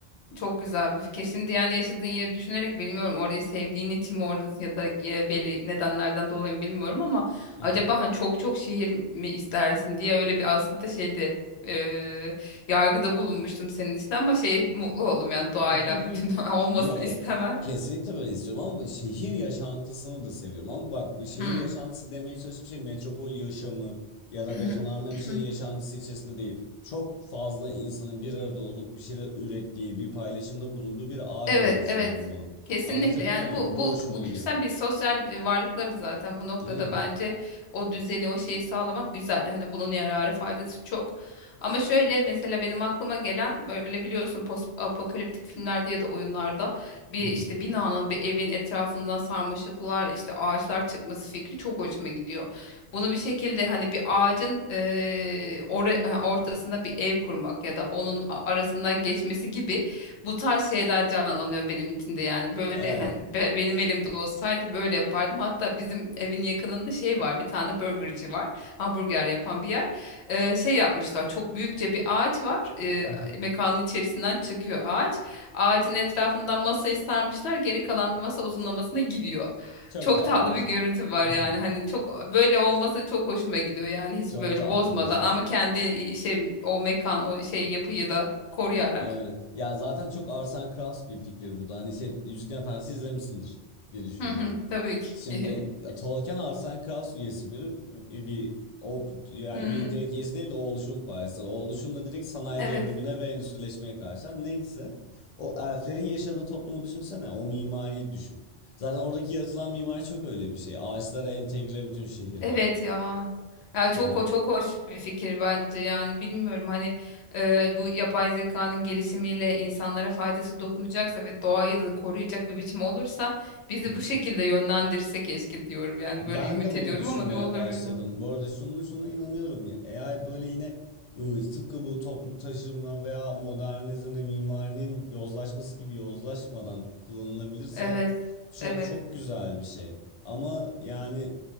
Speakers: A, on the left; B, on the left.
A: çok güzel bir fikir. Şimdi yani yaşadığın yeri düşünerek bilmiyorum orayı sevdiğin için mi oradasın ya da e, belli nedenlerden dolayı mı bilmiyorum ama
B: <laughs>
A: acaba hani çok çok şehir mi istersin diye öyle bir aslında şeyde e, yargıda bulunmuştum senin için ama şey mutlu oldum yani doğayla
B: <laughs>
A: bütün <laughs> olmasını
B: Yok.
A: istemem.
B: Kesinlikle böyle istiyorum ama şehir yaşantısını da seviyorum. Ama bak bu şehir
A: Hmm.
B: yaşantısı demeye çalıştığım şey metropol yaşamı ya da
A: <clears throat>
B: betonarme bir şeyin yaşantısı içerisinde değil. Çok fazla insanın bir arada olup bir şeyler ürettiği, bir paylaşımda bulunduğu bir ağ
A: Evet,
B: gibi düşünüyorum
A: evet.
B: bunu.
A: Kesinlikle.
B: Anlatabiliyor
A: Yani
B: muyum?
A: bu
B: Bu
A: bu
B: hoşuma
A: bu
B: gidiyor.
A: güzel bir sosyal e, varlıklarız zaten bu noktada
B: Evet.
A: bence o düzeni o şeyi sağlamak güzel. Hani bunun yararı faydası çok. Ama şöyle mesela benim aklıma gelen böyle biliyorsun post apokaliptik filmlerde ya da oyunlarda bir
B: <laughs>
A: işte binanın bir evin etrafından sarmaşıklar işte ağaçlar çıkması fikri çok hoşuma gidiyor. Bunu bir şekilde hani bir ağacın e, ora- ortasında bir ev kurmak ya da onun a- arasından geçmesi gibi bu tarz şeyler canlanıyor benim içinde yani böyle
B: Evet.
A: hani be- benim elimde olsaydı böyle yapardım hatta bizim evin yakınında şey var bir tane burgerci var hamburger yapan bir yer Ee, şey yapmışlar çok büyükçe bir ağaç var Ee,
B: <laughs>
A: mekanın içerisinden çıkıyor ağaç ağacın etrafından masayı sarmışlar geri kalan masa uzunlamasına gidiyor.
B: Çok
A: Çok
B: tatlıymış.
A: tatlı bir görüntü var
B: <laughs>
A: yani hani çok böyle olması çok hoşuma gidiyor yani hiç
B: Çok
A: böyle
B: tatlıymış.
A: bozmadan ama kendi şey o mekan o şey yapıyı da koruyarak.
B: Evet. Ya zaten çok Arsen Krauss bir fikir bu da. Hani şey Yüzüklerin Efendisi izlemişsindir diye düşünüyorum.
A: Hı hı, Tabii ki.
B: Şimdi
A: <laughs>
B: ya, Tolkien Arsen Krauss üyesi biri e, bir o yani
A: Hmm,
B: üye, direkt üyesi değil de o oluşum parçası. O oluşum da direkt sanayi
A: evet.
B: devrimine ve endüstrileşmeye karşı. Ha, Neyse. O elflerin yaşadığı toplumu düşünsene. O mimariyi düşün. Zaten oradaki yaratılan mimari çok öyle bir şey. Ağaçlara entegre bütün şehirler.
A: Evet ya. Ya çok
B: Hani
A: ho- çok hoş bir fikir bence. Yani bilmiyorum hani e, bu yapay zekanın gelişimiyle insanlara faydası dokunacaksa ve doğayı da koruyacak bir biçim olursa bizi
B: <laughs>
A: bu şekilde yönlendirse keşke diyorum. Yani
B: Ben
A: böyle ümit
B: de bunu
A: ediyorum
B: düşünmeye
A: ama ne olur
B: başladım.
A: bilmiyorum.
B: Bu arada şunu şuna inanıyorum ya. AI böyle yine ıı, tıpkı bu toplu taşıma veya modernizmde mimarinin yozlaşması gibi yozlaşmadan kullanılabilirse
A: Evet.
B: çok
A: Evet.
B: çok güzel bir şey. Ama yani